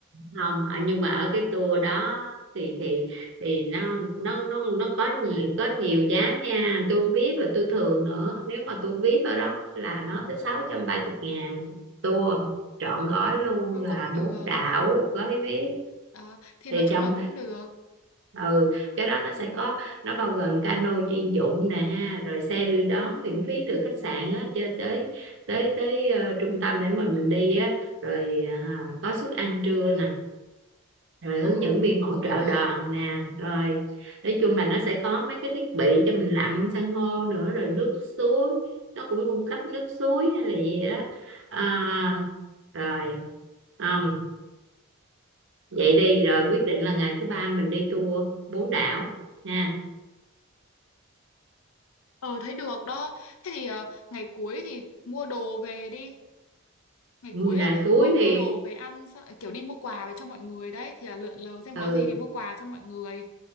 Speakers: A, on the right; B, on the left.
A: không ở nhưng mà ở cái tour đó thì thì thì nó nó nó nó có nhiều có nhiều giá nha tôi VIP rồi tôi thường nữa nếu mà tôi VIP ở đó là nó tới sáu trăm ba chục ngàn tour trọn gói luôn
B: thôi
A: là
B: cũng được.
A: bốn đảo gói VIP
B: Đó, thì
A: thì
B: nói chung
A: chồng
B: là cũng được.
A: ừ cái đó nó sẽ có nó bao gồm cano chuyên dụng nè ha rồi xe đưa đón miễn phí từ khách sạn á cho tới tới tới ờ, trung tâm để mà mình đi á rồi à, có suất ăn trưa nè rồi hướng
B: Ừ,
A: dẫn viên hỗ
B: cũng
A: trợ
B: được.
A: đoàn nè rồi nói chung là nó sẽ có mấy cái thiết bị cho mình lặn san hô nữa rồi nước suối nó cũng cung cấp nước suối hay là gì đó à, rồi không vậy đi rồi quyết định là ngày thứ ba mình đi tour bốn đảo nha
B: Ờ thấy được đó. Thế thì ờ, ngày cuối thì mua đồ về đi. Ngày
A: Ừ,
B: cuối là
A: ngày cuối
B: mua mua
A: thì
B: đồ về ăn xong- kiểu đi mua quà về cho mọi người đấy thì là lượn lờ xem
A: ừ
B: có gì thì mua quà cho mọi người.